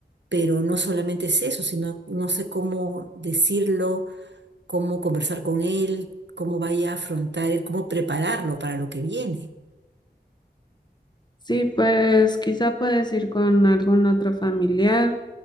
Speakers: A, on the right; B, on the left.
A: Pero no solamente es eso, sino no sé cómo decirlo, cómo conversar con él, cómo vaya a afrontar él, cómo prepararlo para lo que viene.
B: Sí, pues quizá puedes ir con algún otro familiar